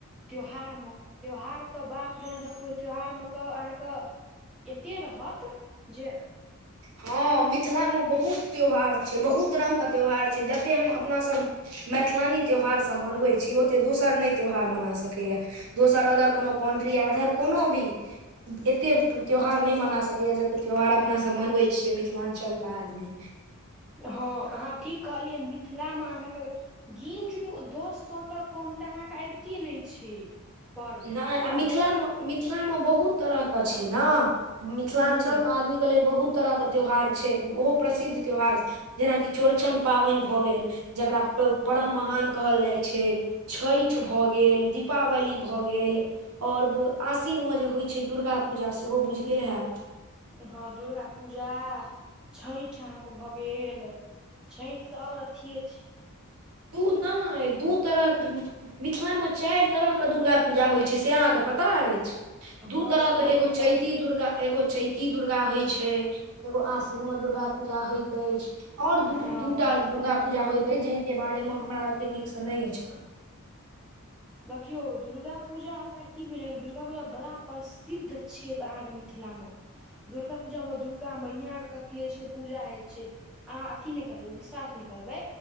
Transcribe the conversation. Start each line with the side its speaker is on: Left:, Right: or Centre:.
Centre: त्यौहार म त्यौहार तऽ बाप रे अहाँ देखबै त्यौहारमे तऽ अहाँक एते रहत जे
Right: हँ मिथिलामे बहुत त्यौहार छै बहुत रंगके त्यौहार छै जते हम अपना सब मैथलानी त्यौहारसब मनबै छी ओते दोसर नै त्यौहार मना सकैए दोसर अगर कोनो कोन्ट्री या अधर कोनो भी एते त्योहार नै मना सकैया जते त्यौहार अपना सब मनबै छियै मिथिलाञ्चलके आदमी
Centre: हँ अहाँ ठीक कहलियै मिथिलामे अहाँके गीन चुन दस सए ट टम तऽ अहाँके आबिते नै छै पर्व
Right: नै आ मिथिलामे
Centre: देख
Right: मि मिथिला मे बहुत तरह के छै न मिथिलांचल
Centre: हूँ
Right: क आदमी क लेल बहुत तरह के त्यौहार छै ओहो प्रसिद्ध त्यौहार जेनाकि चौड़चन पाबनि भऽ गेल जकरा
Centre: हूँ
Right: परम महान कहल जाइ छै छईठ भए गेल दीपावली भऽ गेल आओर आशीन मे जे होइ छै दुर्गा पूजा सेहो बुझले हेएत
Centre: हँ दुर्गा पूजा छईठ अहाँके भऽ गेल छठि तऽ आओर अथिये छै
Right: तू नै दू तरह मिथिलामे चारि तरहके दुर्गा पूजा होइ छै से अहाँके पता अछि
Centre: हँ
Right: दू तरहके
Centre: सामा
Right: एगो
Centre: पता
Right: चैती दुर्गा एगो चैती दुर्गा होइ छै एगो आसिन म दुर्गा पूजा होइत अइछ आओर दूर
Centre: हँ
Right: दू दुर्गा पूजा होइत अय जिनका बारेमे हमरा ओते नीकसँ नै अछि पता
Centre: देखियौ दुर्गा पूजा आकार की भेलै दुर्गा पूजा बड़ा प्रसिद्ध छियै अहाँके मिथिलामे दुर्गा पूजाम दुर्गा मैंयाके कथी होय छै तऽ पूजा होय छै अहाँ अथी नै करबै विश्वास नै करबै